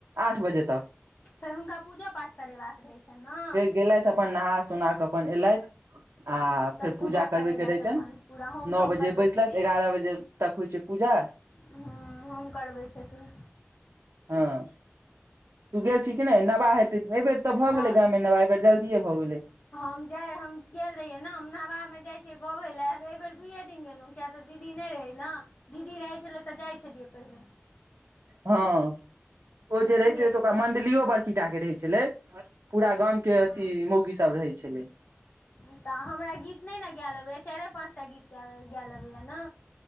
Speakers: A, on the right (about 65°); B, on the left (about 45°).
A: आठ बजे तक।
B: फेर हुनका पूजो पाठ करेबाक रहै छैय न।
A: गेलैथ अपन नहा सुना कऽ अपन एलैथ। आ
B: तऽ
A: फेर पूजा करबयके
B: करेलथि
A: रहैत छनि,
B: अपन पूरा होम
A: नओ
B: तोम
A: बजे
B: करबै
A: बैसलैथ
B: छथिन
A: एगारह बजे तक होइत छैय, पूजा। <inaudible>
B: हूँ होम करबै छथिन।
A: हँ, तू गेल छी कि नहि नवाह हेतै एहि बेर तऽ भऽ
B: न
A: गेलै। मे नेयब जल्दिए भऽ गेलै।
B: हम जाय हम गेल रहियै ने हम नवामे जाय छियै गबे लेए बेर दुये दिन गेलहुं किया तऽ दीदी नहि रहे। ने दीदी रहै छलै, तऽ जाइ छलियै पहिले।
A: हँ,
B: एहि
A: ओ
B: बेर
A: जे रहैत
B: दुइए
A: छलै, तऽ ओकरा मण्डलियो बड़की टाके रहै छलै। पूरा गामके
B: हँ
A: अथि मौगीसभ रहै छलै।
B: ई तऽ हमरा गीत नहि ने गाए अबैया चारि पाँच टा गीत गा अबैया न।